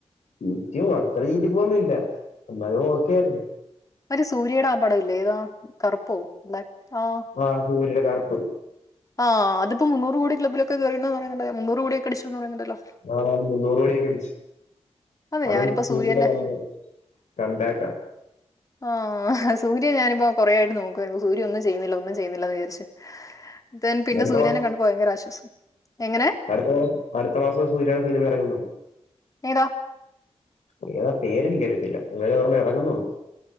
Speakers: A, on the left; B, on the left.
A: ഉം ചീറ്റ അത്ര ചീറ്റി പോയില്ല ഇന്നാലും ഓക്കെയാണ്
B: മറ്റെ സൂര്യയുടെ ആ പടം ഇല്ലേ ഏതാ കറുപ്പോ <unintelligible> ആഹ്
A: ആഹ് സൂര്യയുടെ കറുപ്പ്
B: ആഹ് അതിപ്പം മുന്നൂറു കോടി ക്ലബിലൊക്കെ കേയറണ്ട്ന്ന് പറയ്യ്ണ്ടേല്ലോ മുന്നൂറ് കോടി ഒക്കെ അടിച്ചു എന്ന് പറയ്ണ്ടല്ലോ
A: ആഹ് മുന്നൂറ് കോടിയൊക്കെ അടിച്ച്
B: അതെ
A: അതും
B: ഞാനിപ്പോ
A: <unintelligible>
B: സൂര്യന്റെ
A: കണ്ടേക്ക
B: ആഹ് സൂര്യ ഞാനിപ്പോ കൊറെ ആയിട്ട് നോക്കായിരുന്നു സൂര്യ ഒന്നും ചെയ്യുന്നില്ല ഒന്നും ചെയ്യുന്നില്ലന്ന് വിചാരിച്ചു. ദൻ പിന്നെ
A: അടുത്ത
B: സൂര്യനെ കണ്ടപ്പോ ഭയങ്കര ആശ്വാസം എങ്ങനെ
A: അടുത്തോ അടുത്ത മാസം സൂര്യാടെ സിനിമ ഇറങ്ങുന്നത്
B: ഏതാ
A: പേര പേരെനിക്കറിയത്തില്ല ഇങ്ങര് <unintelligible> ഇറങ്ങുന്നുണ്ട്